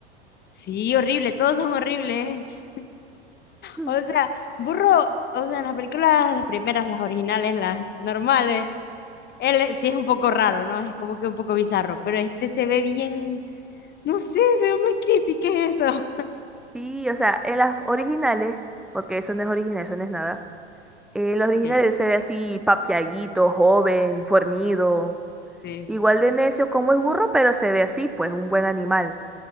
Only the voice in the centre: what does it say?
Mm.
Sí, o sea, en las originales, porque eso no es original, eso no es nada. En las originales
se ve así papiaguito, joven, fornido,
igual de necio como es burro, pero se ve así, pues un buen animal.